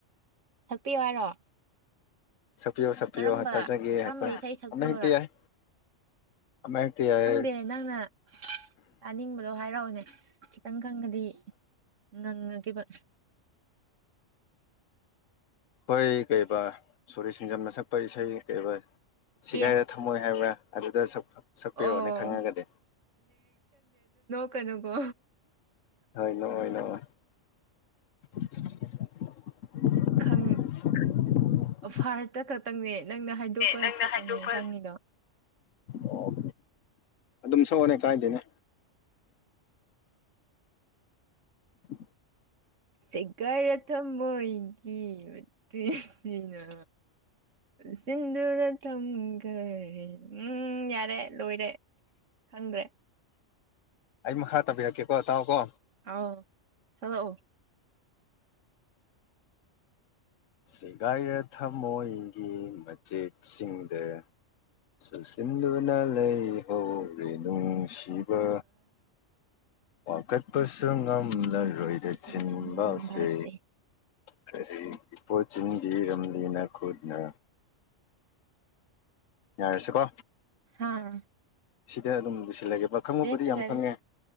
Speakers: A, on the right; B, on the left.
A: ꯁꯛꯄꯤꯌꯨ ꯍꯥꯏꯔꯣ
B: ꯁꯄꯤꯌꯣ ꯁꯄꯤꯌꯣ
A: ꯀꯔꯝꯕ
B: ꯇꯖꯒꯦ ꯑꯩꯈꯣꯏ
A: ꯀꯔꯝꯕ ꯏꯁꯩ ꯁꯛꯄꯤꯌꯣꯔꯥ
B: ꯑꯃ ꯍꯦꯛꯇ ꯌꯥꯏ ꯑꯃ ꯍꯦꯛꯇ ꯌꯥꯏ
A: ꯈꯪꯗꯦ ꯅꯪꯅ ꯇꯥꯅꯤꯡꯕꯗꯣ ꯍꯥꯏꯔꯛꯑꯣꯅꯦ ꯆꯈꯤꯇꯪ ꯀꯪꯒꯗꯤ ꯉꯪ ꯉꯥꯒꯦꯕ
B: ꯍꯣꯏ ꯀꯩꯕꯥ ꯁꯣꯔꯤ ꯁꯤꯡꯖꯝꯅ ꯁꯛꯄ ꯏꯁꯩ ꯀꯩ ꯁꯤꯒꯥꯏꯔ
A: ꯑꯦ
B: ꯊꯝꯃꯣꯏ ꯍꯥꯏꯕ꯭ꯔꯥ ꯑꯗꯨꯗ ꯁꯛꯄꯤꯔꯛꯑꯣꯅꯦ
A: ꯑꯣ
B: ꯈꯪꯉꯒꯗꯤ
A: ꯀꯩꯅꯀꯣ
B: ꯍꯣꯏ ꯅꯣꯛꯑꯣꯏ ꯅꯣꯛꯑꯣꯏ <unintelligible>
A: ꯈꯪ
B: <unintelligible>
A: ꯐꯥꯜ ꯇ ꯀꯞ ꯈꯇꯪꯅꯦ ꯅꯪꯅ ꯍꯥꯏꯗꯣꯛꯄ
B: ꯅꯪꯅ
A: ꯈꯛꯇꯪꯅꯦ
B: ꯍꯥꯏꯗꯣꯛꯄ
A: ꯈꯪꯉꯤꯗꯣ
B: ꯑꯣ ꯑꯗꯨꯝ ꯁꯛꯑꯣꯅꯦ ꯀꯥꯏꯗꯦꯅꯦ ꯑ
A: ꯁꯦꯒꯥꯏꯔ ꯊꯝꯃꯣꯏꯒꯤ ꯑꯁꯤꯅ ꯁꯤꯁꯤꯡꯗꯨꯗ ꯇꯝꯒ ꯎꯝ ꯌꯥꯔꯦ ꯂꯣꯏꯔꯦ ꯈꯪꯗ꯭ꯔꯦ
B: ꯑꯩ ꯃꯈꯥ ꯇꯥꯕꯤꯔꯛꯀꯦꯀꯣ ꯇꯥꯎꯑꯣ ꯀꯣ
A: ꯑꯣ ꯆꯗꯣ ꯑꯣ
B: ꯁꯦꯒꯥꯏꯔ ꯊꯃꯣꯏꯒꯤ ꯃꯆꯦꯠꯁꯤꯡꯗ ꯆꯨꯁꯤꯟꯗꯨꯅ ꯂꯩꯍꯧ ꯑꯩ ꯅꯨꯡꯁꯤꯕ ꯋꯥ ꯀꯠꯄꯁꯨ ꯉꯝꯖꯔ ꯣꯏꯗ
A: ꯆꯦꯟꯁꯤꯟꯕꯁꯦ
B: ꯆꯤꯟꯕꯁꯦ ꯀꯔꯤ ꯏꯄꯣꯠ ꯆꯤꯟꯗꯤ ꯏꯔꯝꯂꯅ ꯈꯨꯠꯅ ꯌꯥꯔꯁꯤꯀꯣ
A: ꯑꯥ
B: ꯁꯤꯗ ꯑꯗꯨꯝ ꯁꯤꯜꯂꯒꯦꯕ ꯈꯪꯉꯨꯕꯨꯗꯤ
A: ꯐꯖꯔꯦ
B: ꯌꯥꯝ ꯈꯪꯉꯦ